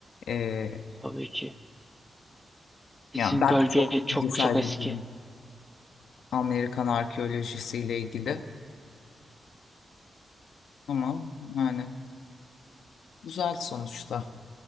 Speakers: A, on the left; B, in the centre.
A: E,
B: Tabii ki. Bizim
A: ya ben
B: bölge
A: de çok bilgi
B: çok
A: sahibi
B: çok eski.
A: değilim Amerikan arkeolojisiyle ilgili ama yani güzel sonuçta.